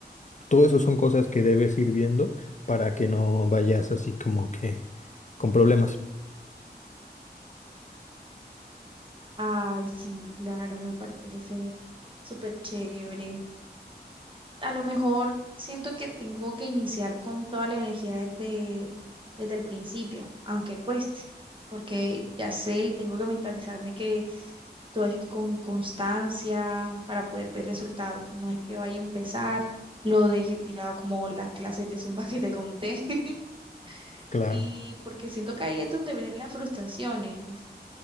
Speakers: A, on the left; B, on the right.
A: todo eso son cosas que debes ir viendo para que no vayas así como que con problemas.
B: Ay, sí, claro, me parece súper chévere. a lo mejor siento que tengo que iniciar con toda la energía desde, desde el principio, aunque cueste, porque ya sé y tengo que mentalizarme que todo es con constancia para poder ver resultados. No es que vaya a empezar, lo deje tirado como las clases de Zumba que te conté. <laughs>
A: Claro,
B: Y porque siento que ahí es donde vienen las frustraciones.